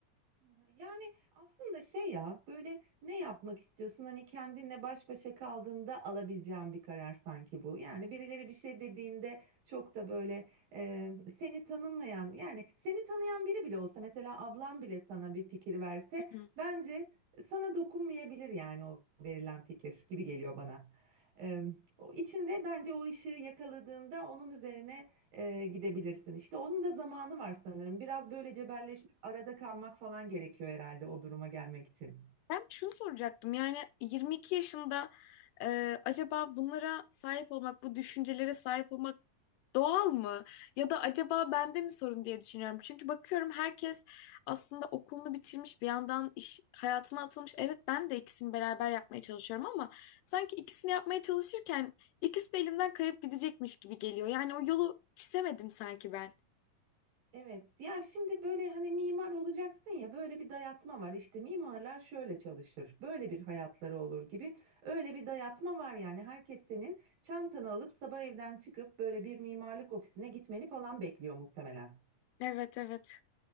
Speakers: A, on the right (about 80°); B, on the left (about 80°).
A: Hı hı. Yani aslında şey ya böyle ne yapmak istiyorsun? Hani kendinle baş başa kaldığında alabileceğin bir karar sanki bu. Yani birileri bir şey dediğinde çok da böyle e, seni tanımayan yani seni tanıyan biri bile olsa mesela ablan bile sana bir fikir verse
B: Hı hı.
A: bence sana dokunmayabilir yani o verilen fikir gibi geliyor bana. E, o içinde bence o ışığı yakaladığında onun üzerine e, gidebilirsin işte. Onun da zamanı var sanırım. Biraz böyle cebelleşmek, arada kalmak falan gerekiyor herhalde o duruma gelmek için.
B: Ben de şunu soracaktım. Yani 22 yaşında e, acaba bunlara sahip olmak, bu düşüncelere sahip olmak doğal mı? Ya da acaba bende mi sorun diye düşünüyorum. Çünkü bakıyorum herkes aslında okulunu bitirmiş, bir yandan iş hayatına atılmış. Evet ben de ikisini beraber yapmaya çalışıyorum ama sanki ikisini yapmaya çalışırken ikisi de elimden kayıp gidecekmiş gibi geliyor. Yani o yolu çizemedim sanki ben.
A: Evet. Ya şimdi böyle hani mimar olacaksın ya böyle bir dayatma var. İşte mimarlar şöyle çalışır. Böyle bir hayatları olur gibi. Öyle bir dayatma var yani. Herkes senin çantanı alıp sabah evden çıkıp böyle bir mimarlık ofisine gitmeni falan bekliyor muhtemelen.
B: Evet evet